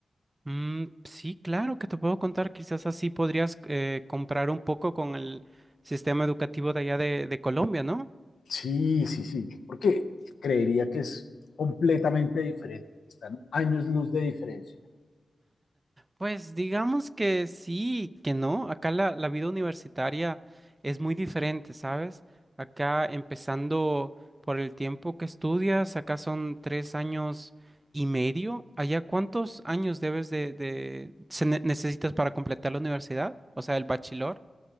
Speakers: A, on the right; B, on the left.
A: Mm, sí, claro que te puedo contar, quizás así podrías eh, comprar un poco con el sistema educativo de allá de, de Colombia, ¿no?
B: Sí, sí, sí, porque creería que es completamente diferente, están años luz de diferencia.
A: Pues digamos que sí, que no. Acá la, la vida universitaria es muy diferente, ¿sabes? Acá empezando por el tiempo que estudias, acá son tres años y medio. Allá, ¿cuántos años debes de, de- se ne- necesitas para completar la universidad? O sea, el bachelor.